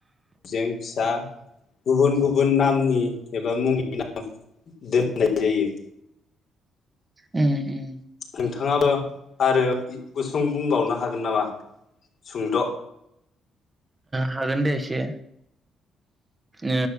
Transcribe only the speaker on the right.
नंगौ
हागोन दे एसे ओ